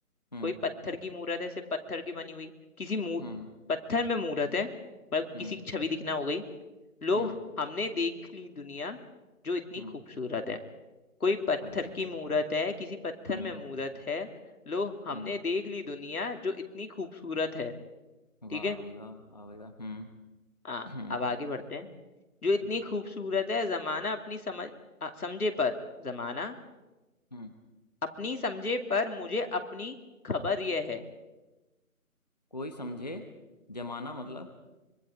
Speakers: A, on the left; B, on the left.
A: हम्म
B: कोई पत्थर की मूरत है सिर्फ पत्थर की बनी हुई किसी मूर
A: हम्म
B: पत्थर में मूरत है मतलब
A: हम्म
B: किसी की छवि दिखना हो गई लो
A: हम्म
B: हमने देख ली दुनिया जो इतनी
A: हम्म
B: खूबसूरत है कोई पत्थर
A: ओए होए
B: की मूरत है किसी पत्थर
A: हम्म
B: में मूरत है लो हमने
A: हम्म
B: देख ली दुनिया जो इतनी खूबसूरत है
A: वाह
B: ठीक है
A: भाई वाह वाह भाई वाह हम्म
B: आ,
A: हम्म
B: अब आगे बढ़ते हैं जो इतनी
A: हम्म
B: खूबसूरत है जमाना अपनी समझ आ, समझे पर जमाना
A: हम्म।
B: अपनी समझे पर मुझे अपनी खबर यह है
A: कोई समझे जमाना मतलब